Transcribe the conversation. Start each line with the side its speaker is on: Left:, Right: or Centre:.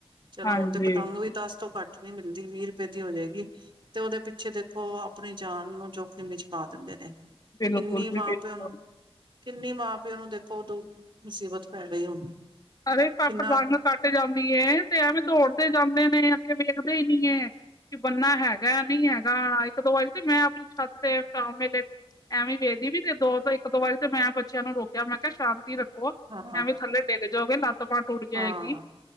Right: ਚਲੋ
Left: ਹਾਂਜੀ,
Right: ਹੁਣਦੇ ਪਤੰਗ ਵੀ ਦਸ ਤੋਂ ਘੱਟ। ਨਹੀਂ ਮਿਲਦੀ ਵੀਹ ਰੁਪਏ ਦੀ ਹੋ ਜਾਏਗੀ। ਤੇ ਉਹਦੇ ਪਿੱਛੇ ਦੇਖੋ, ਆਪਣੀ ਜਾਨ ਨੂੰ ਜੋਖਿਮ ਚ ਪਾ ਦਿੰਦੇ ਨੇ।
Left: ਬਿਲਕੁਲ
Right: ਕਿੰਨੀ
Left: ਜੀ
Right: ਮਾਂ
Left: ਬਿਲਕੁਲ।
Right: ਪਿਓ ਨੂੰ। ਕਿੰਨੀ ਮਾਂ ਪਿਓ ਨੂੰ ਦੇਖੋ, ਉਦੋਂ ਮੁਸੀਬਤ ਪੈ ਗਈ ਹੁਣ।
Left: ਅਰੇ ਪੱਪ
Right: ਕਿੰਨਾ
Left: ਪਤੰਗ ਰੰਗ ਕੱਟ ਜਾਂਦੀ ਤੇ, ਐਵੇਂ ਦੌੜਦੇ ਜਾਂਦੇ ਨੇ ਅੱਗੇ ਵੇਖਦੇ ਹੀ ਨੀ ਹੈ। ਕਿ ਬੰਨਾ ਹੈਗਾ ਨਹੀਂ ਹੈਗਾ, ਇੱਕ ਦੋ ਵਾਰੀ ਤੇ ਮੈਂ ਆਪਣੀ ਛੱਤ ਤੇ ਸ਼ਾਮ ਵੇਲੇ। ਐਵੇਂ ਵੇਖਦੀ ਵੀ ਤੇ ਦੋ ਇੱਕ ਦੋ ਵਾਰੀ ਤੇ ਮੈਂ ਬੱਚਿਆਂ ਨੂੰ ਰੋਕਿਆ ਮੈਂ ਕਿਹਾ ਸ਼ਾਂਤੀ ਰੱਖੋ। ਹੋਰ
Right: ਹਾਂ
Left: ਐਵੇਂ ਥੱਲੇ ਡਿੱਗ ਜਾਓਗੇ, ਲੱਤ ਬਾਂਹ ਟੁੱਟ ਜਾਏਗੀ
Right: ਹਾਂ